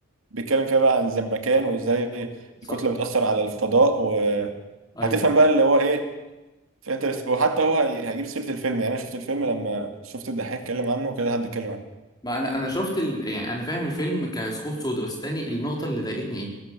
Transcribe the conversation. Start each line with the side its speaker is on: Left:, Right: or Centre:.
Right: بيتكلم فيها بقى عن الزمكان وازاي
Left: صح
Right: الكتلة بتأثر على الفضاء وهتفهم
Left: أيوه أيوه
Right: بقى اللي هو ايه في انترست وحتى هو هي- هيجيب سيرة الفيلم يعني انا شفت الفيلم لما شفت الدحيح اتكلم عنه وكده حد اتكلم عنه
Left: ما أنا أنا شفت ال... يعني أنا فاهم الفيلم كسكوب سودا بس تاني النقطة اللي ضايقتني إيه؟